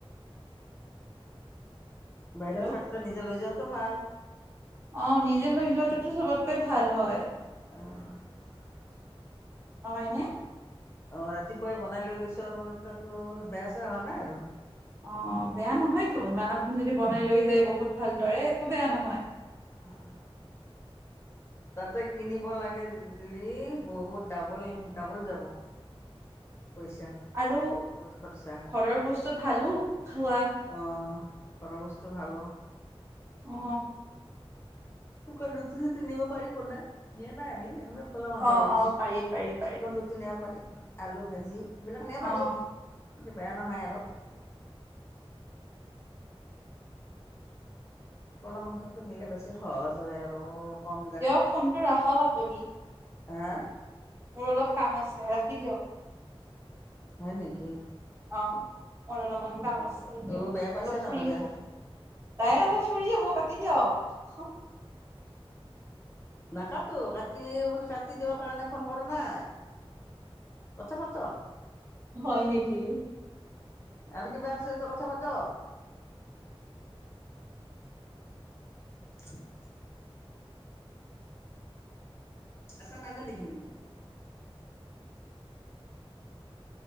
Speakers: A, on the left; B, on the right.
A: বাহিৰত
B: হেল্ল'
A: খোৱাতকে নিজে লৈ যোৱা টো, ভাল।
B: অ', নিজে লৈ যোৱাটোতো চবতকে ভাল হয়।
A: অ'।
B: হয়নে?
A: অ', ৰাতিপুৱাই বনাইলৈ গৈছোঁ আৰু তাতো বেয়া, চেয়া হোৱা নাই আৰু।
B: অ', বেয়া নহয়তো, ইমান আপুনি যদি বনাই লৈ যায় বহুত ভালদৰে একো বেয়া নহয়।
A: অ'। তাতে কিনিব লাগে, <unintelligible> বহুত ডাবল, ডাবল যাব। পইচা,
B: আৰু
A: বহুত খৰচা।
B: ঘৰৰ বস্তু ভালো খোৱা
A: অ', ঘৰৰ বস্তু ভাল
B: অ।
A: শুকান ৰুটি চুতি নিব পাৰি বনাই। নিয়া নাই আমি কলা মাংস
B: অ
A: লৈ গৈছোঁ।
B: অ পাৰি পাৰি পাৰি
A: শুকান ৰুতি নিয়া পানী আলু ভাজি এইবিলাক নিয়ে
B: অ
A: পাৰি। ইতে বেয়া নহয় আৰু। পলা মাংসটো নিলে বেছি সহজ হয় আৰু। কম
B: দিয়ক ফোনটো ৰাখক আপুনি।
A: হে?
B: মোৰ অলপ কাম আছে, ৰাখি দিয়ক।
A: হয় নেকি?
B: অ, মোৰ দুটামান কাম আছ ছে এতিয়া
A: অ
B: অলপ
A: বেয়া পাইছা
B: ফুৰি
A: তাৰমানে।
B: আহোঁ। তাই অলপ ফুৰি আহো কাটি দিয়ক। <unintelligible>
A: নাকাতো কাটি কাটি দিব কাৰণে ফোন কৰা নাই। কথা পাতক
B: হয় নেকি?
A: আৰু কিবা আছে যদি কথা পাতক। <inaudible> <unintelligible>